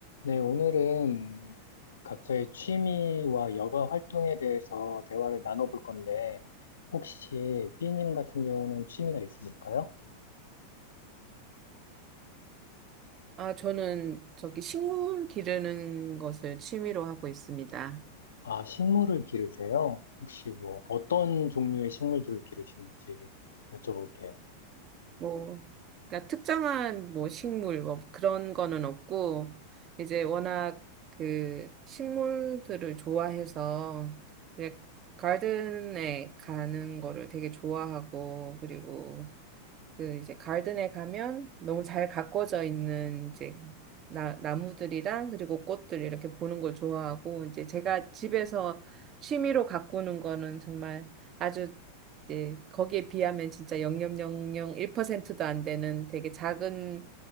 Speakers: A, on the left; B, on the right.
A: 네, 오늘은 각자의 취미와 여가 활동에 대해서 대화를 나눠볼 건데, 혹시 B님 같은 경우는 취미가 있으실까요?
B: 아, 저는 저기 식물 기르는 것을 취미로 하고 있습니다.
A: 아, 식물을 기르세요? 혹시 뭐 어떤 종류의 식물들을 기르시는지 여쭤볼게요.
B: 뭐, 그러니까 특정한 뭐 식물 뭐 그런 거는 없고, 이제 워낙 그 식물들을 좋아해서 이제 가든에 가는 거를 되게 좋아하고, 그리고 그 이제 가든에 가면 너무 잘 가꿔져 있는 이제 나, 나무들이랑 그리고 꽃들 이렇게 보는 걸 좋아하고 이제 제가 집에서 취미로 가꾸는 거는 정말 아주 이제 거기에 비하면 진짜 0.001%도 안 되는 되게 작은